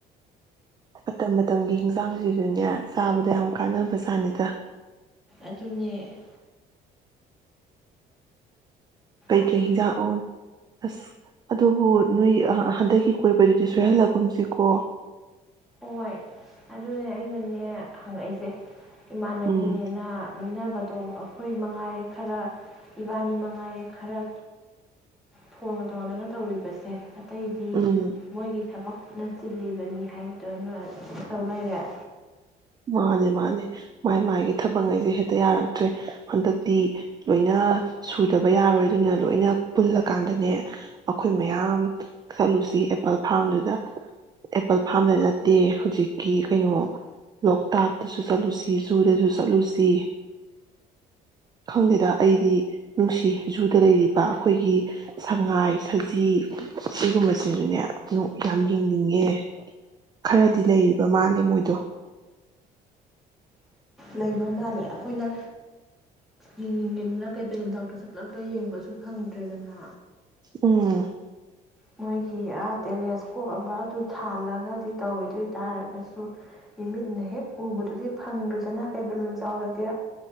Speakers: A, on the right; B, in the centre.
A: ꯃꯇꯝ ꯃꯇꯝꯒꯤ ꯍꯤꯡꯖꯥꯡꯁꯤꯖꯨꯅꯦ ꯆꯥꯕꯗ ꯌꯥꯝ ꯀꯥꯟꯅꯕ ꯆꯥꯅꯤꯗ
B: ꯑꯗꯨꯅꯦ
A: ꯀꯩ
B: ꯑꯁ
A: ꯀꯩ ꯏꯟꯖꯥꯡ <unintelligible> ꯑꯁ ꯑꯗꯨꯕꯨ ꯅꯣꯏ ꯍꯟꯗꯛꯀꯤ ꯀꯣꯏꯕꯗꯨꯗꯤ ꯁꯣꯏꯍꯜꯂꯒꯨꯝꯁꯤꯀꯣ
B: ꯍꯣꯏ ꯑꯗꯨꯅꯦ ꯑꯩꯅꯅꯦ ꯍꯪꯉꯛꯏꯁꯦ ꯏꯃꯥꯟꯅꯕꯤꯅꯦꯅ
A: ꯎꯝ
B: ꯂꯣꯏꯅꯕ ꯑꯗꯣ ꯑꯩꯈꯣꯏꯃ ꯉꯥꯏꯔꯦ ꯈꯔ ꯏꯕꯥꯅꯤꯃꯛ ꯉꯥꯏꯔꯦ ꯈꯔ ꯐꫭꯒꯟ ꯇꯧꯅꯗꯅ ꯇꯧꯔꯤꯕꯁꯦ ꯑꯇꯩꯗꯤ
A: ꯎꯝ
B: ꯃꯣꯏꯒꯤ ꯊꯕꯛꯅ ꯆꯤꯜꯂꯤꯕꯅꯤ ꯍꯥꯏ ꯑꯗꯨꯅ <inaudible> ꯇꯧ ꯂꯩꯔꯦ
A: ꯃꯥꯅꯦ ꯃꯥꯅꯦ ꯃꯥꯥꯏ ꯃꯥꯥꯏꯒꯤ ꯊꯕꯛꯉꯩꯖꯦ ꯍꯦꯠꯇ ꯌꯥꯔꯛꯇ꯭ꯔꯦ ꯍꯟꯗꯛꯇꯤ ꯂꯣꯏꯅ ꯁꯨꯗꯕ ꯌꯥꯔꯣꯏ ꯑꯗꯨꯅ ꯂꯣꯏꯅ ꯄꯨꯜꯂꯀꯥꯟꯗꯅꯦ ꯑꯈꯣꯏ ꯃꯌꯥꯝ ꯆꯠꯂꯨꯁꯤ ꯑꯦꯄꯜ ꯐꯥꯔꯝꯗꯨꯗ ꯑꯦꯄꯜ ꯐꯥꯔꯝꯗ ꯅꯠꯇꯦ ꯍꯧꯖꯤꯛꯀꯤ ꯀꯩꯅꯣ ꯂꯣꯛꯇꯥꯛꯇꯁꯨ ꯆꯠꯂꯨꯁꯤ ꯖꯨꯗꯁꯨ ꯆꯠꯂꯨꯁꯤ ꯈꯪꯗꯦꯗ ꯑꯩꯗꯤ ꯅꯨꯡꯁꯤ ꯖꯨꯗ ꯂꯩꯔꯤꯕ ꯑꯩꯈꯣꯏꯒꯤ ꯁꯉꯥꯏ ꯁꯖꯤ ꯁꯤꯒꯨꯝꯕꯁꯤꯁꯨꯅꯦ ꯌꯥꯝ ꯌꯦꯡꯅꯤꯡꯉꯦ ꯈꯔꯗꯤ ꯂꯩꯔꯤꯕ ꯃꯥꯜꯂꯦ ꯃꯣꯏꯗꯣ
B: ꯂꯩꯕ ꯃꯥꯜꯂꯦ ꯑꯩꯈꯣꯏꯅ ꯌꯦꯡꯅꯤꯡꯉꯦꯅ ꯀꯩꯕꯨꯜ ꯂꯝꯖꯥꯎꯗ ꯆꯠꯂꯒ ꯌꯦꯡꯕꯁꯨ ꯐꯪꯗ꯭ꯔꯦꯗꯅ
A: ꯎꯝ
B: ꯃꯣꯏꯒꯤ ꯑꯥ ꯇꯦꯂꯦꯁꯀꯣꯞ ꯑꯃ ꯑꯗꯨ ꯊꯥꯜꯂꯒꯗꯤ ꯇꯧꯋꯦ ꯑꯗꯨ ꯑꯣꯏ ꯇꯥꯔꯒꯁꯨ ꯏꯃꯤꯠꯅ ꯍꯦꯛ ꯎꯕꯗꯨꯗꯤ ꯐꯪꯗ꯭ꯔꯤꯖꯅ ꯀꯩꯕꯨꯜ ꯂꯝꯖꯥꯎꯗꯗꯤ